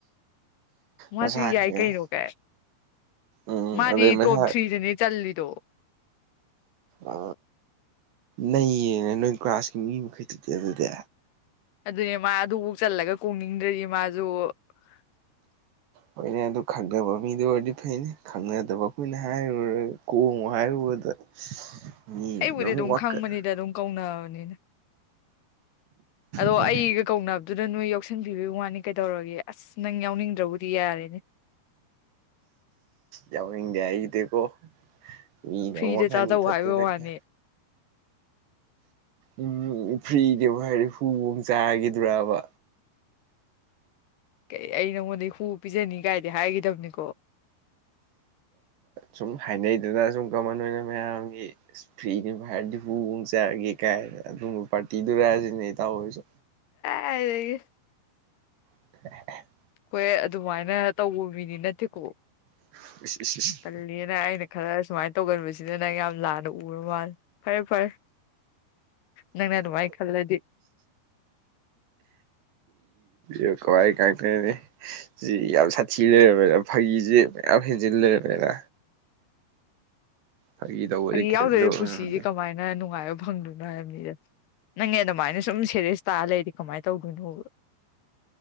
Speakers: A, on the left (about 70°); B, on the right (about 85°).
A: ꯃꯥꯁꯨ
B: ꯃꯁꯥ ꯈꯪꯉꯦ
A: ꯌꯥꯏ ꯀꯩꯅꯣ ꯀ
B: ꯎꯝ
A: ꯃꯥꯗꯤ
B: ꯑꯗꯩ ꯃꯁꯥ
A: ꯇꯣꯞ ꯊ꯭ꯔꯤꯁꯤꯅꯦ ꯆꯜꯂꯤꯜꯂꯤꯗꯣ
B: ꯑ ꯅ ꯌꯦꯡꯉꯦ ꯅꯣꯏ ꯀ꯭ꯂꯥꯁꯀꯤ ꯃꯤ ꯃꯈꯩꯗꯨꯗꯤ ꯑꯗꯨꯗꯤ
A: ꯑꯗꯨꯅꯦ ꯃꯥ ꯑꯗꯨꯐꯧ ꯆꯜꯂꯒ ꯀꯣꯡꯅꯤꯡꯗ꯭ꯔꯗꯤ ꯃꯥꯁꯨ <unintelligible>
B: ꯍꯣꯏꯅꯦ ꯑꯗꯨ ꯈꯪꯅꯕ ꯃꯤꯗꯨ ꯑꯣꯏꯔꯗꯤ ꯐꯩꯅꯦ ꯈꯪꯅꯗꯕ ꯑꯩꯈꯣꯏꯅ ꯍꯥꯏꯔꯨꯔꯒ ꯀꯣꯡꯉꯣ ꯍꯥꯏꯔꯨꯕꯗ <unintelligible>
A: ꯑꯩꯕꯨꯗꯤ
B: ꯑꯃꯨꯛ
A: ꯑꯗꯨꯝ
B: ꯋꯥꯀꯠ
A: ꯈꯪꯕꯅꯤꯗ ꯑꯗꯨꯝ ꯀꯧꯔꯕꯅꯤꯅ ꯑꯗꯣ
B: ꯃꯣꯏꯅ
A: ꯑꯩꯒ ꯀꯧꯅꯕꯗꯨꯅ ꯅꯣꯏ ꯌꯥꯎꯁꯟꯕꯤꯕ ꯋꯥꯅꯤ ꯀꯩꯗꯧꯔꯒꯦ ꯑꯁ ꯅꯪ ꯌꯥꯎꯅꯤꯡꯗ꯭ꯔꯕꯨꯗꯤ ꯌꯥꯔꯦꯅꯦ
B: ꯌꯥꯎꯅꯤꯡ ꯌꯥ ꯏꯗꯀꯣ ꯃꯤ ꯅꯃ
A: ꯐ꯭ꯔꯤꯗ
B: ꯐꯅꯤ
A: ꯆꯥꯖꯧ
B: ꯐꯠꯇꯒ
A: ꯍꯥꯏꯕ ꯋꯥꯅꯤ
B: ꯎꯝ ꯐ꯭ꯔꯤꯅꯦꯕ ꯍꯥꯏꯔꯦ ꯍꯨꯕ ꯆꯥꯈꯤꯗ꯭ꯔꯕ
A: ꯀ ꯑꯩ ꯅꯪꯉꯣꯟꯗꯩ ꯍꯨ ꯄꯤꯖꯅꯤ ꯀꯥꯏꯗꯤ ꯍꯥꯏꯈꯤꯗꯕꯅꯤꯀꯣ
B: ꯁꯨꯝ ꯍꯥꯏꯅꯩꯗꯅ ꯁꯨꯝ ꯀꯃꯟ ꯑꯣꯏꯅ ꯃꯌꯥꯝꯒꯤ ꯐ꯭ꯔꯤꯅꯤ ꯐꯚꯔꯗꯤ ꯍꯨꯣꯡ ꯆꯔꯒꯦ ꯀꯥꯏ ꯑꯗꯨ ꯄꯥꯔꯇꯤꯗꯨꯔꯛꯑꯁꯤꯅꯦ ꯇꯥꯣꯏꯁꯨ
A: ꯑꯦꯔꯒ
B: ꯑꯗꯨꯝ
A: ꯍꯈꯣꯏ ꯑꯗꯨꯃꯥꯏꯅ ꯇꯧꯕ ꯃꯤꯅꯤ ꯅꯠꯇꯦꯀꯣ
B: <unintelligible>
A: ꯀꯜꯂꯤꯅ ꯑꯩꯅ ꯈꯔ ꯁꯨꯃꯥꯏꯅ ꯇꯧꯒꯟꯕꯁꯤꯗ ꯅꯪ ꯌꯥꯝ ꯂꯥꯟꯅ ꯎꯔꯕ ꯃꯥꯂꯦ ꯐꯔꯦ ꯐꯔꯦ ꯅꯪꯅ ꯑꯗꯨꯃꯥꯏ ꯈꯜꯂꯗꯤ
B: ꯏ ꯀꯋꯥꯏ ꯀꯇꯅꯦ ꯁꯤ ꯌꯥꯝ ꯁꯥꯊꯤ ꯂꯩꯔꯕꯃꯦꯅ ꯐꯥꯒꯤꯁꯤ ꯃꯌꯥꯝ ꯍꯦꯟꯖꯤꯟ ꯂꯩꯔꯕꯅꯤꯅ ꯐꯥꯒꯤ ꯇꯧꯕꯁꯦ
A: ꯑꯩ
B: ꯈꯤꯇꯪꯗ
A: ꯌꯥꯎꯗꯔꯤꯦ
B: ꯑꯣꯏꯔꯝꯗꯦ
A: ꯄꯨꯟꯁꯤꯁꯦ ꯀꯃꯥꯏꯅ ꯅꯨꯡꯉꯥꯏꯕ ꯐꯪꯗꯣꯏꯅ ꯍꯥꯏꯕ ꯃꯤꯗ ꯅꯪꯉ ꯑꯗꯨꯃꯥꯏꯅ ꯁꯨꯝꯦ ꯇꯥ ꯂꯩꯗꯤ ꯀꯃꯥꯏꯅ ꯇꯧꯗꯣꯏꯅꯣꯕ